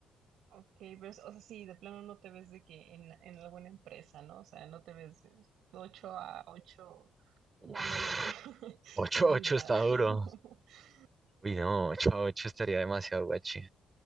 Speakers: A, on the right (about 80°); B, on the right (about 30°).
A: ok, pero, o sea, sí, de plano no te ves de que en, en alguna empresa, ¿no? O sea, no te ves de 8 a 8
B: Uf,
A: dándole <laughs>
B: ocho
A: tu vida.
B: 8 está duro.
A: <laughs>
B: Uy,
A: Sí.
B: no, 8-8 estaría demasiado guachi.